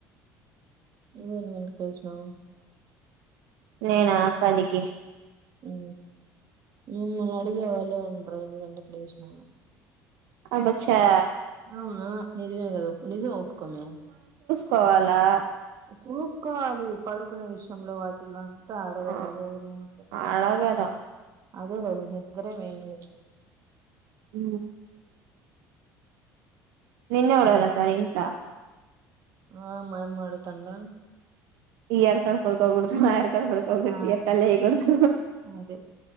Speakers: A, on the right; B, on the right.
A: నువ్వు ఏమి <unintelligible>
B: నేనా పదికి
A: యూ మిమ్మల్ని అడిగే వాళ్ళే ఉండరు ఎన్ని గంటలకు లేసిన
B: అబ్బచా
A: అవునా నిజమే గదు నిజం ఒప్పుకోమే
B: కోవాలా
A: చూసుకోవాలి పడుకునే విషయంలో వాటిల్లో అడగరు
B: ఆ
A: కదా ఎవరు అంటున్న
B: అడగరు
A: అదే కదా నిద్దరే మెయిన్ కదా
B: ఉ నిన్ను ఎవరు అడుగుతారు ఇంట్లో
A: ఆ మాయమ్మ అడుగు తాన్లే
B: ఈ అల్కాడ పడుకోకూడదు అయ్రా పడుకోకూడదు
A: ఆ
B: ఇయ్యాలకాడ లేయా కూడదు
A: అదే